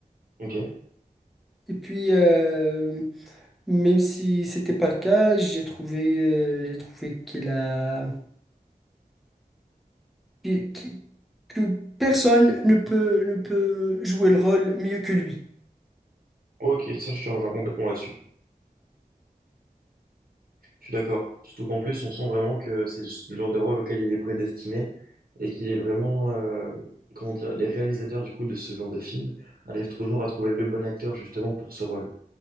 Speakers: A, on the right (about 80°); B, in the centre.
A: ok. Ouais,
B: Et puis, euh, même si c'était pas le cas, j'ai trouvé, euh, j'ai trouvé qu'il a... qu'il- qu'il- que personne ne peut, ne peut jouer le rôle mieux que lui.
A: Ok, ça je te rejoins complètement là-dessus. Je suis d'accord. Surtout qu'en plus, on sent vraiment que c'est le genre de rôle auquel il est prédestiné et qu'il est vraiment, euh, comment dire, les réalisateurs du coup de ce genre de film arrivent toujours à trouver le bon acteur justement pour ce rôle.